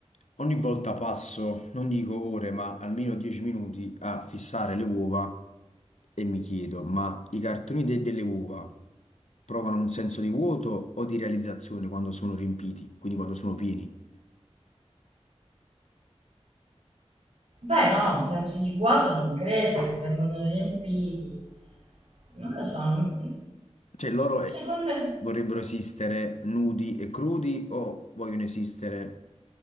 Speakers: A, on the left (about 90°); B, on the right (about 70°).
A: ogni volta passo, non dico ore, ma almeno 10 minuti a fissare le uova e mi chiedo, ma i cartoni de- delle uova provano un senso di vuoto o di realizzazione quando sono riempiti, quindi quando sono pieni?
B: Beh, no, un senso di vuoto non credo, se vengono riempiti. Non lo so, non-
A: Cioè loro eh,
B: secondo
A: vorrebbero esistere nudi e crudi o vogliono esistere